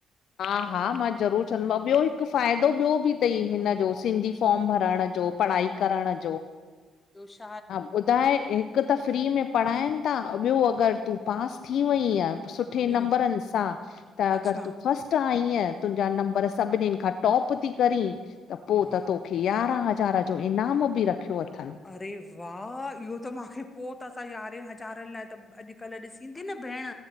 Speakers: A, on the left; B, on the left.
A: हा! हा! मां ज़रूरु चवंदोमांव ॿियो। हिकु फ़ाइदो ॿियो, बि अथई हिन जो सिंधी फॉम भरण जो पढ़ाई करण जो
B: दोश
A: हा! ॿुधाए हिकु त, फ्री में पढ़ाइनि था। ॿियो अगरि तूं पास थी वईय, सुठी सुठे
B: हूं
A: नंबरनि सां, त अगरि
B: अच्छा
A: तूं फस्ट ईअं, तुंहिंजा नंबर सभिनीनि खां टॉप थी करीं त पोइ
B: हा
A: त तो खे यारहं हज़ार जो इनाम बि रखियो अथनि।
B: अरे, वाह! इहो त मूंखे पोइ त, असां यारहें हज़ारनि लाइ त, अॼुकल्ह ॾिसी ईंदी न, भेण